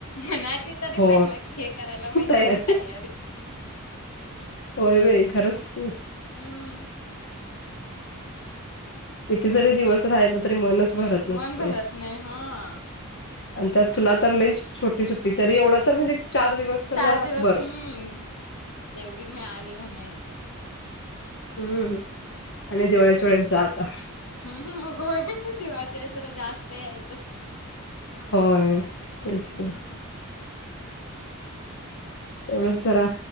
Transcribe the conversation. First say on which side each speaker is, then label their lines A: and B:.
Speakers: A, on the left; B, on the left.
A: मनाची तरी
B: हो
A: पहिला हे करायला पाहिजे
B: तयार
A: की ताई
B: होय भई खरंच की
A: हम
B: ति जरी दिवस राहिला तरी मनच भरत नसतय
A: मन भरत नाही हा
B: आणि त्यात तुला तर लई छोटी सुट्टी तरी एवढं तर म्हणजे चार दिवस तर
A: चार
B: जरा
A: दिवस
B: बरं.
A: हम्म तेवढी मीळाली म्हणाय ची
B: उ हु आणि दिवाळीच्या वेळेस जा आता
A: हम्म हम्म होय दिवाळीच्या येळेस जरा जास्त याय च
B: होय. तेच की
A: उ हु
B: तेवढंच जरा